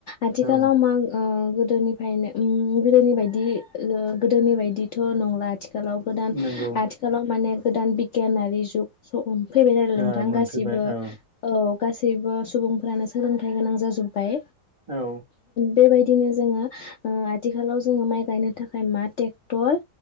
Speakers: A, on the left; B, on the right.
A: आथिखालाव
B: औ
A: मां ओ। गोदोनिफ्रायनो उम गोदोनि बायदि ओह गोदोनि बायदिथ' नंला। थिखालाव गोदान
B: नंगौ
A: आथिखालाव माने। गोदान बिगियानारि जुग स फैबाय नालाय नोंथां
B: ओ मोनफैबाय
A: गासि जेबो
B: औ
A: औ। गासैबो सुबुंफोरानो सोलोंथाइ गोनां जाजुब बाय
B: औ
A: बेबायदि दिनो जोङो ओ आथिखालाव जोङो माइ गायनो थाखाय मा टेक्टर।